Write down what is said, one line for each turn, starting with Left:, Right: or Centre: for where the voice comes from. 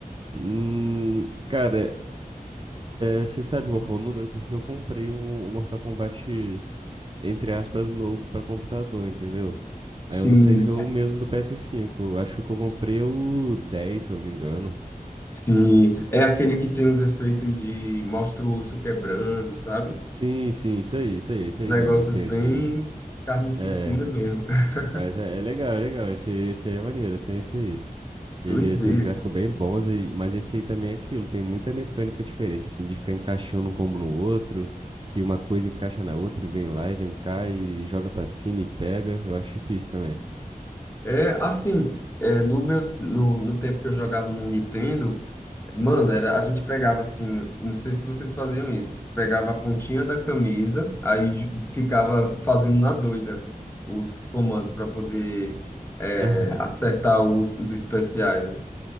Right: Hum, cara, é, é, você sabe qual que é o número? Porque eu comprei um, um Mortal Kombat, entre aspas, novo pra computador, entendeu? Aí
Left: Sim,
Right: eu não sei se é o mesmo do PS5. Eu Acho que eu comprei é o 10, se eu não me engano.
Left: Sim.
Right: De-
Left: É aquele que tem uns efeitos de mostra o osso quebrando, sabe?
Right: Sim, sim, isso aí, isso aí, isso aí
Left: Negócios
Right: mesmo. Eu tenho
Left: bem
Right: esse aí.
Left: carnificina
Right: É,
Left: mesmo. <laughs>
Right: mas é, é legal, é legal. Esse aí, esse aí é maneiro, tem esse aí. Ele
Left: Doideira,
Right: tem uns gráficos
Left: cara.
Right: bem bons, e- mas esse aí também é aquilo. Tem muita mecânica diferente, assim, de ficar encaixando um combo no outro, que uma coisa encaixa na outra e vem lá e vem cá e joga pra cima e pega. Eu acho difícil também.
Left: É assim, é, no meu no, no tempo que eu jogava no Nintendo. Mano, era, a gente pegava assim, não sei se vocês faziam isso, pegava a pontinha da camisa, aí j- ficava fazendo na doida os comandos para poder é,
Right: <laughs>
Left: acertar os, os especiais.